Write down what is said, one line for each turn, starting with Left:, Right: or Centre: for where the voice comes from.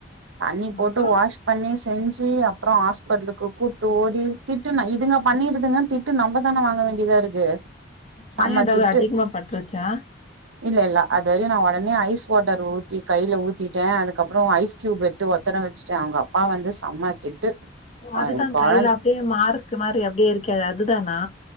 Right: தண்ணி போட்டு
Left: அப்றோ
Right: வாஷ் பண்ணி செஞ்சி அப்றோ ஹாஸ்பிட்லுக்கு கூட்டு ஓடி திட்டுனா இதுங்க பண்ணிருதுங்க திட் திட்டு நம்ம தான வாங்க வேண்டியதா இருக்கு செம
Left: காய ஏதாது
Right: திட்டு
Left: அதிகமா பட்டுருச்சா
Right: இல்ல இல்ல அது வறியு நா உடனே ஐஸ் வாட்டர் ஊத்தி கையில ஊத்திட்ட அதுக்கப்ற ஐஸ் கியூப் எடுத்து ஒத்தனோ வச்சுட்ட அவுங்க அப்பா வந்து செம்ம திட்டு
Left: ஓ அதுதா
Right: அ கொழந்
Left: கையில அப்டியே மார்க்கு மாரி அப்டியே இருக்கே அதுதானா